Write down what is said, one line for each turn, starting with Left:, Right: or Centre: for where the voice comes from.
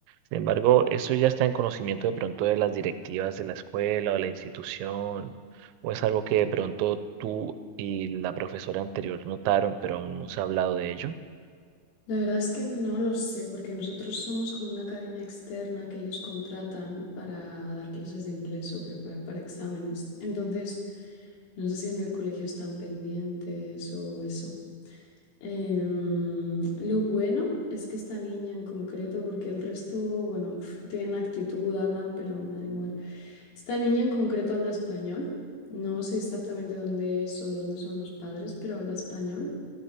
Right: Sin embargo, eso ya está en conocimiento de pronto de las directivas de la escuela o de la institución, o es algo que de pronto tú y la profesora anterior notaron, pero aún no se ha hablado de ello.
Left: La verdad es que no lo sé, porque nosotros somos como una academia externa que ellos contratan para dar clases de inglés o preparar para exámenes. Entonces, no sé si en el colegio están pendientes o eso. Em, lo bueno es que esta niña en concreto, porque el resto, bueno, pf, tienen actitud, hablan, pero me da igual. Esta niña en concreto habla español. No sé exactamente dónde es o de dónde son los padres, pero habla español.